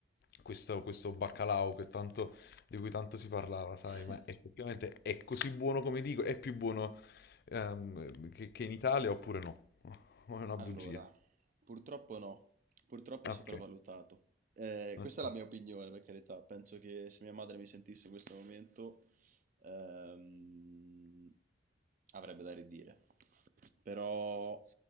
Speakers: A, on the left; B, on the right.
A: questo, questo baccalà che tanto, di cui tanto si parlava, sai,
B: <laughs>
A: ma effettivamente è così buono come dico, è più buono ehm, che, che in Italia oppure no? <laughs> O è una
B: Allora,
A: bugia?
B: purtroppo no, purtroppo
A: Ah,
B: è sopravvalutato.
A: Ok.
B: Eh,
A: ok.
B: questa è la mia opinione, per carità. Penso che se mia madre mi sentisse in questo momento ehm, avrebbe da ridire. Però